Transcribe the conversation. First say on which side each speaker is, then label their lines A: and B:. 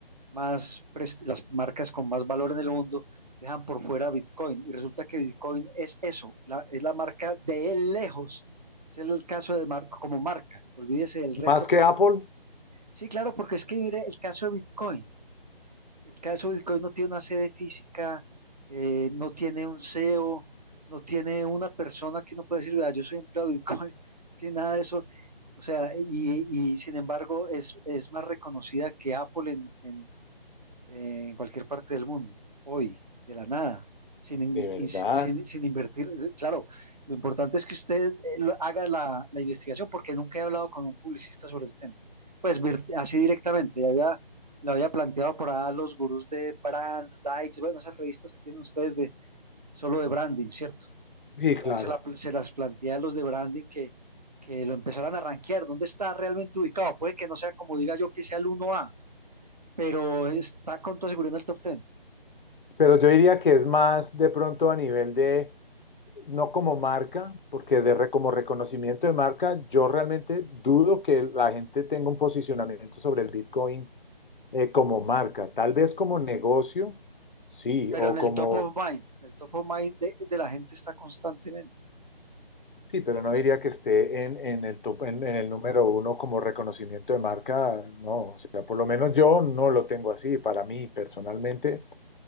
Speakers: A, on the right; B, on the left.
A: más, pres- las marcas con más valor en el mundo dejan por fuera Bitcoin. Y resulta que Bitcoin es eso, la- es la marca de él lejos. Es el el caso de Marco como marca. Olvídese del resto.
B: Más
A: porque-
B: que Apple.
A: Sí, claro, porque es que mire el caso de Bitcoin. El caso de Bitcoin no tiene una sede física, eh, no tiene un CEO, no tiene una persona que uno puede decir, vea, yo soy empleado de Bitcoin, <laughs> no tiene nada de eso. O sea, y, y sin embargo es, es más reconocida que Apple en, en eh, en cualquier parte del mundo, hoy, de la nada, sin, in-
B: De verdad.
A: in- sin, sin invertir. eh, Claro, lo importante es que usted eh, lo- haga la, la investigación porque nunca he hablado con un publicista sobre el tema. Pues vir- así directamente, había, lo había planteado por ahí a los gurús de Brands, Dice, bueno, esas revistas que tienen ustedes de solo de branding, ¿cierto?
B: Sí,
A: Por
B: claro.
A: ahí Se, la- se las plantea a los de branding que, que lo empezaran a rankear, ¿dónde está realmente ubicado? Puede que no sea como diga yo que sea el uno a pero está con toda seguridad en el top 10.
B: Pero yo diría que es más de pronto a nivel de no como marca, porque de re- como reconocimiento de marca, yo realmente dudo que la gente tenga un posicionamiento sobre el Bitcoin eh, como marca. Tal vez como negocio, sí,
A: Pero
B: o
A: en el
B: como,
A: top of mind, en el top of mind de, de la gente está constantemente.
B: sí, pero no diría que esté en, en el top- en, en el número uno como reconocimiento de marca, no. O sea, por lo menos yo no lo tengo así para mí personalmente.